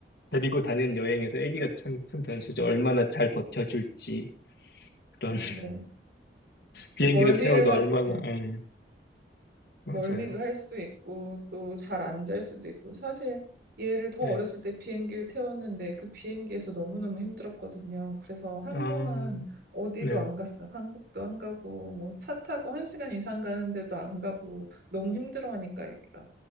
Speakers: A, on the left (about 65°); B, on the right (about 60°).
A: 데리고 다니는 여행에서 아기가 참 큰 변수죠. 얼마나 잘 버텨줄지 그런 <laughs>
B: 네.
A: 비행기를
B: 멀미를
A: 태워도 얼마나
B: 하죠.
A: 음, 맞아요.
B: 멀미도 할 수 있고 또 잘 안 잘 수도 있고 사실 얘를 더
A: 네.
B: 어렸을 때 비행기를 태웠는데 그 비행기에서 너무너무 힘들었거든요. 그래서 한동안
A: 아,
B: 어디도
A: 네.
B: 안 갔어. 한국도 안 가고 뭐 차 타고 한 시간 이상 가는데도 안 가고 너무 힘들어하니까 애기가.